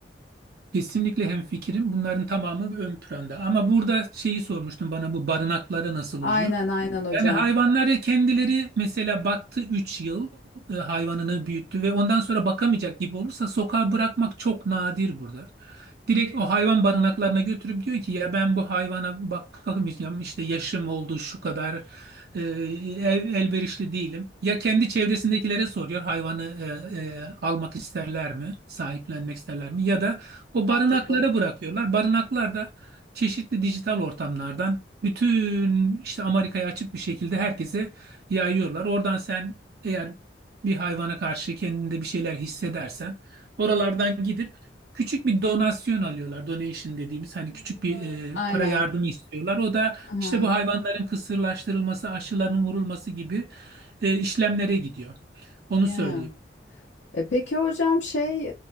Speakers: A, on the right; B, on the left.
A: Kesinlikle hemfikirim. Bunların tamamı ön planda. Ama burada şeyi sormuştum bana bu barınakları nasıl
B: Aynen
A: oluyor?
B: aynen hocam.
A: Yani hayvanlar kendileri mesela baktı 3 yıl e, hayvanını büyüttü ve ondan sonra bakamayacak gibi olursa sokağa bırakmak çok nadir burada. Direkt o hayvan barınaklarına götürüp diyor ki ya ben bu hayvana bak- bakamayacağım işte yaşım oldu şu kadar e, el- elverişli değilim. Ya kendi çevresindekilere soruyor hayvanı e, e, almak isterler mi, sahiplenmek isterler mi ya da o
B: Mantıklı.
A: barınaklara bırakıyorlar. Barınaklar da çeşitli dijital ortamlardan bütün işte Amerika'ya açık bir şekilde herkese yayıyorlar. Oradan sen eğer bir hayvana karşı kendinde bir şeyler hissedersen oralardan gidip küçük bir donasyon alıyorlar. Donation dediğimiz
B: Hı
A: hani
B: hı,
A: küçük bir
B: bağırsak.
A: e,
B: Aynen.
A: para yardımı istiyorlar. O da
B: Aha.
A: işte bu hayvanların kısırlaştırılması, aşılarının vurulması gibi e, işlemlere gidiyor. Onu
B: Yeah.
A: söyleyeyim.
B: E peki hocam şey